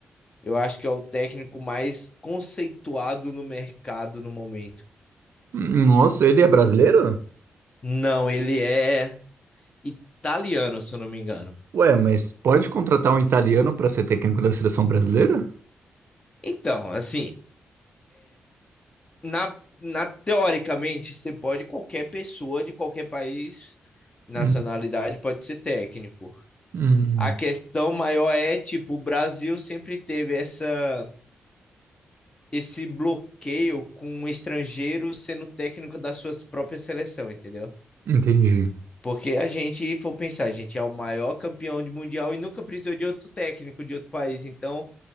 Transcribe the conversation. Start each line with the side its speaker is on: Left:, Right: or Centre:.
Left: Eu acho que é o técnico mais conceituado no mercado no momento.
Right: Nossa, ele é brasileiro?
Left: Não, ele é. italiano, se eu não me engano.
Right: Ué, mas pode contratar um italiano para ser técnico da seleção brasileira?
Left: Então, assim, na, na teoricamente, você pode, qualquer pessoa de qualquer país, nacionalidade,
Right: Hum,
Left: pode ser técnico.
Right: hum,
Left: A questão maior é, tipo, o Brasil sempre teve essa, esse bloqueio com o estrangeiro sendo técnico da sua própria seleção, entendeu?
Right: entendi,
Left: Porque a gente for pensar, a gente é o maior campeão de mundial e nunca precisou de outro técnico de outro país. Então,